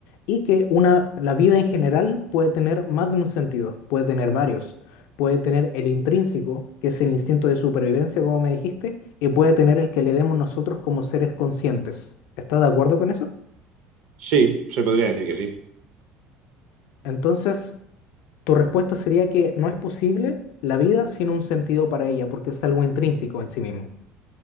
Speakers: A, on the left; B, on the right.
A: y que una, la vida en general puede tener más de un sentido, puede tener varios. Puede tener el intrínseco, que es el instinto de supervivencia, como me dijiste, y puede tener el que le demos nosotros como seres conscientes. ¿Estás de acuerdo con eso?
B: Sí, se podría decir que sí.
A: Entonces, Tu respuesta sería que no es posible la vida sin un sentido para ella, porque es algo intrínseco en sí mismo.